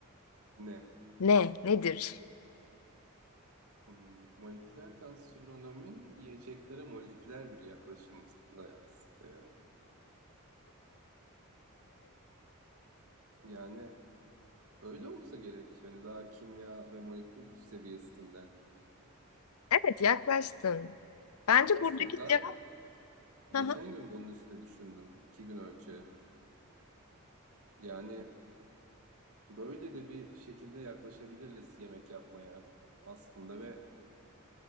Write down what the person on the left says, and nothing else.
Ne? Nedir? <laughs>
Evet yaklaştın. Bence
buradaki
cevap <laughs>
Hı hı.